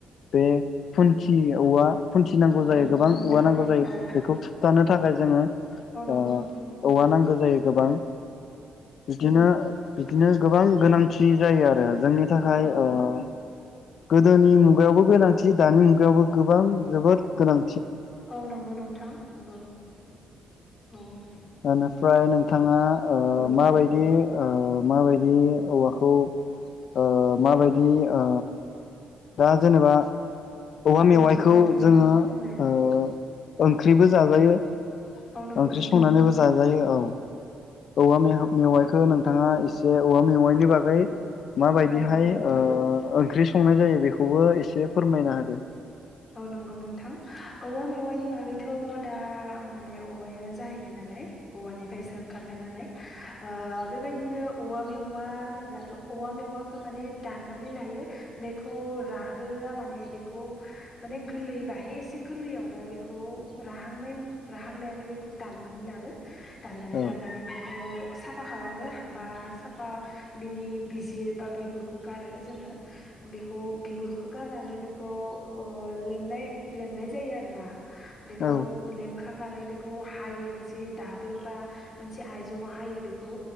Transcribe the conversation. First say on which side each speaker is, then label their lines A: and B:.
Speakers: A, on the left; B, on the left.
A: बे खुन्थि औवा खुन्थि नांगौ जायो
B: औ नंगौ
A: गोबां
B: नोंथां
A: औवा नांगौ जायो
B: औ
A: बेखौ थुबथानो थाखाय जोङो
B: औ नंगौ
A: ओ
B: नोंथां ।
A: औवा नांगौ जायो गोबां बिदिनो बिदिनो गोबां गोनांथि जायो आरो जोंनि थाखाय
B: औ
A: ओ गोदोनि मुगायावबो गोनांथि दानि मु गायावबो गोबां जोबोद गोनां
B: औ नंगौ नोंथां नोंगौ औ ।
A: ओनिफ्राय नोंथाङा ओ
B: औ
A: माबायदि ओ माबायदि औवाखौ ओ माबायदि ओ दा जेनेबा औवा मेवाइखौ
B: औ नंगौ नोंथां
A: जोङो
B: बुंलाय
A: ओ ओंख्रिबो जाजायो ।
B: औ नंगौ
A: ओंख्रि
B: नोंथां
A: संनानैबो जाजायो औ ‌। औ मेहा-मेवाइखौ नोंथाङा एसे औवा मेवाइनि बागै माबायदिहाय
B: औ नंगौ नोंथां
A: ओ ओंख्रि संनाय जायो बेखौबो एसे फोरमायना हो
B: औ नंगौ नोंथां औवा मेवाइनि बागैथ' दा माने औवायानो जाहैबाय नालाय औवानिफ्रायसो ओंखारनाय नालाय ओ बेबायदिनो औवा मेवा होनोब्लाथ' औवा मेवाखो माने दानना नै लायो बेखौ राहोआ माने बेखौ माने गोरलै बाहाय एसे गोरलैयावनो बेखौ राहांनाय-राहांनायावनो बेखौ दान नानै लाबो दाननानै
A: औ
B: लाबोनानै बेखौ साफा खालामो बा साफा बिनि बिजिर बा बिगुरखौ गारो जोङो। बेखौ बिगुरखो गारनानै बेखौ ओ लेमनाय-लेमनाय जायो आरोना बेखौ
A: औ
B: लेम खांनानै बेखौ हायो मोनसे दाबोर बा मोनसे आइजौआव हायो बेखौ